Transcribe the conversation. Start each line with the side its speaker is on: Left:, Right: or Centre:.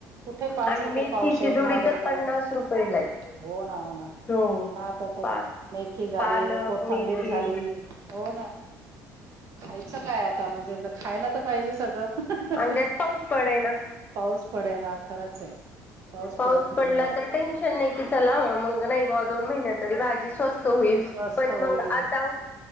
Right: कुठे पाच
Left: आणि
Right: रुपय
Left: मेथीची
Right: पावशर,
Left: जुडी
Right: दहा रुपय
Left: तर पन्नास रुपयेला आहे
Right: हो ना, हो ना,
Left: हो
Right: पाता ख
Left: पा
Right: मेथी झाली,
Left: पालक
Right: कोथंबीर
Left: मेथी
Right: झाली हो ना. खायचं काय आता म्हणजे खायला तर पाहिजे सगळं
Left: आणि त्यात पाऊस पडेना.
Right: पाऊस पडे ना खरंच आहे. पडत
Left: पाऊस
Right: नाहीये
Left: पडला तर टेन्श चला म नाही दोन महिन तरी भाजी स्वस्त होईल.
Right: स्वस्त
Left: पण
Right: होईल
Left: मग आता